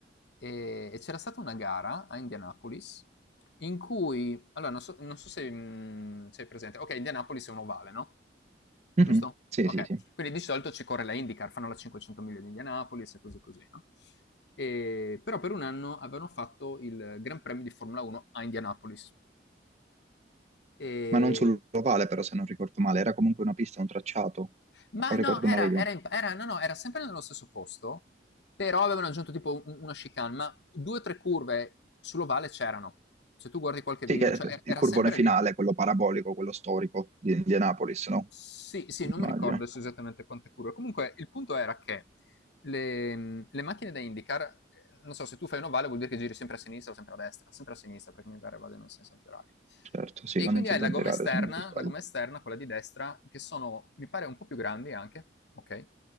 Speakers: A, on the left; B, on the right.
A: e, e c'era stata una gara a Indianapolis in cui, allora non so, non so se mh, sei presente, ok, Indianapolis è un ovale, no? Giusto?
B: Mhm, Sì,
A: Ok,
B: sì, sì.
A: quindi di solito ci corre la IndyCar, fanno la 500 miglia di Indianapolis e cose così, no? E- però per un anno avevano fatto il Gran Premio di Formula 1 a Indianapolis. E
B: Ma non sull'ovale, però, se non ricordo male. Era comunque una pista, un tracciato.
A: Ma
B: O
A: no,
B: ricordo
A: era,
B: male io.
A: era in- era- no, no, era sempre nello stesso posto, però avevano aggiunto tipo un- una chicane, ma due o tre curve sull'ovale c'erano. Se tu guardi qualche
B: Sì,
A: video,
B: che
A: cioè er-
B: il
A: era
B: curvone
A: sempre
B: finale,
A: lì.
B: quello parabolico, quello storico di Indianapolis, no?
A: Sì, sì, non
B: Immagino.
A: mi ricordo adesso esattamente quante curve. Comunque il punto era che le, le macchine da IndyCar, eh, non so, se tu fai un ovale vuol dire che giri sempre a sinistra o sempre a destra, sempre a sinistra perché mi pare vado in un senso antiorario.
B: Certo, sì,
A: E
B: vanno
A: quindi
B: intentando
A: hai la gomma
B: girare,
A: esterna,
B: se non mi sbaglio.
A: la gomma esterna, quella di destra, che sono, mi pare, un po' più grandi anche, ok?